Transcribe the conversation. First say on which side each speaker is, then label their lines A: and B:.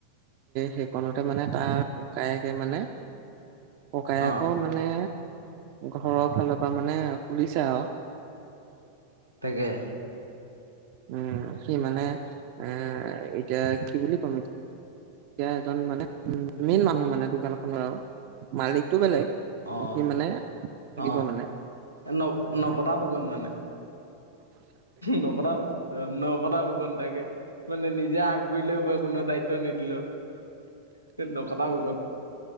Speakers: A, on the right; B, on the right.
A: সেইখনতে মানে তাৰ ককায়েকে মানে ককায়েকৰ
B: অ',
A: মানে ঘৰৰ ফালৰ পৰা মানে খুলিছে আৰু।
B: তেগে
A: উম সি মানে এ এতিয়া কি বুলি কম এতিয়া এজন মানে উ মেইন মানুহ মানে দোকান খনৰ আৰু মালিকতটো বেলেগ।
B: অ',
A: সি মানে লাগিব
B: অ'।
A: মানে,
B: ন
A: অ।
B: নপতা ফুকন মানে নপতা, নপতা ফুকন তাকে। মানে নিজে আগবাঢ়িলেও মই কোনো দায়িত্ব নিদিলো। তে নপতা ফুকন,